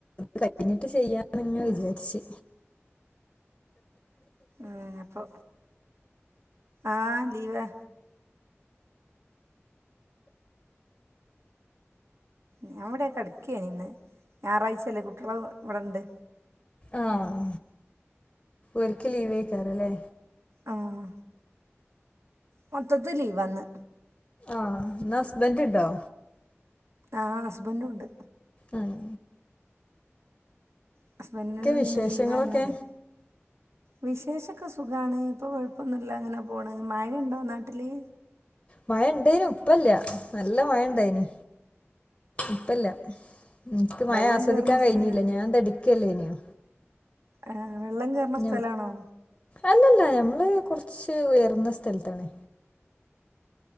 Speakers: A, on the left; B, on the right.
A: കട്ടിങ്ങ്ട്ട് ചെയ്യാന്ന്ങ്ങനെ വിചാരിച്ച്
B: ആഹ് അപ്പൊ ആഹ് ലീവാ ഞാൻവ്ടെ കെടക്കായ്ന് ന്ന് ഞായറാഴ്ചയല്ലേ കുട്ടികള് ഇവിട്ണ്ട്
A: ആഹ് ഓർക്ക് ലീവെയ്ക്കാറല്ലേ
B: ആഹ് മൊത്തത്തി ലീവാന്ന്
A: ആഹ് ഇന്നസ്ബന്റ്ണ്ടോ
B: ആഹ് ഹസ്ബൻഡുംണ്ട്
A: ആഹ്
B: ഹസ്ബൻന് ഇന്ന്
A: വിശേഷങ്ങളൊക്കെ
B: ലീവായ്നോട് വിശേഷൊക്കെ സുഖാണ് ഇപ്പോ കൊഴപ്പൊന്നുല്ല അങ്ങനെ പോണ് മഴയ്ണ്ടോ നാട്ടില്
A: മയയ്ണ്ടേനു ഇപ്പംല്ല നല്ല മയയ്ണ്ടായിനി ഇപ്പ്‌ല്ല എൻക്ക് മയ
B: വെള്ളം
A: ആസ്വദ്ക്കാൻ
B: കേറുന്ന
A: കയ്ഞ്ഞില്ല
B: സ്ഥല
A: ഞാൻതെട്ക്കല്ലേന്യു
B: ആഹ് വെള്ളം കറണ
A: ഞ
B: സ്ഥലാണോ
A: അല്ലല്ല ഞമ്മള് കൊറച്ച് ഉയർന്ന സ്ഥലത്താണ്